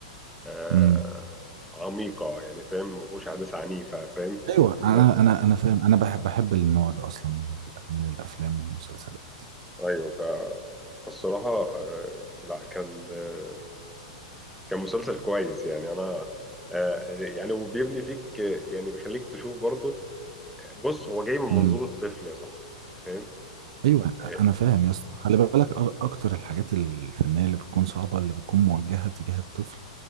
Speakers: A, in the centre; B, on the right.
A: آه،
B: امم
A: عميقة يعني فاهم ما فيهوش حدث عنيفة فاهم
B: ايوه
A: اللي-
B: انا انا انا فاهم انا بحب بحب النوع ده اصلا من ال- من الافلام والمسلسلات
A: أيوه ف فالصراحة آه، لا كان آه، كان مسلسل كويس يعني أنا آه، يعني وبيبني فيك آه، يعني بيخليك تشوف برضه بص هو جاي من
B: امم.
A: منظور الطفل يا صاحبي فاهم
B: ايوه
A: آه،
B: انا فاهم يا اسطى خلي بالك أ- اكتر الحاجات الفنيه اللي بتكون صعبه اللي بتكون موجهه تجاه الطفل